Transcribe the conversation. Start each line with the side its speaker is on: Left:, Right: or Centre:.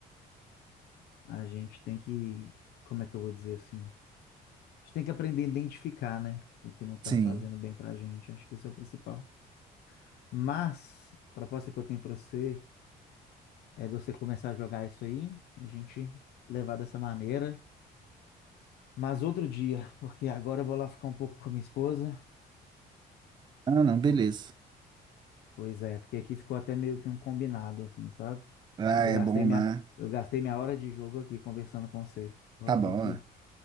Left: A gente tem que. Como é que eu vou dizer assim? A gente tem que aprender a identificar, né? O que não tá
Right: Sim.
Left: fazendo bem pra gente. Acho que isso é o principal. Mas, a proposta que eu tenho pra você é de você começar a jogar isso aí, a gente levar dessa maneira. Mas outro dia, <laughs> porque agora eu vou lá ficar um pouco com a minha esposa,
Right: Ah, não, beleza.
Left: porque, pois é, porque aqui ficou até meio que um combinado, assim, sabe?
Right: Ah,
Left: Eu
Right: é
Left: gastei
Right: bom,
Left: minha,
Right: né?
Left: eu gastei minha hora de jogo aqui conversando com você. Agora
Right: Tá
Left: eu
Right: bom,
Left: tenho que,
Right: é.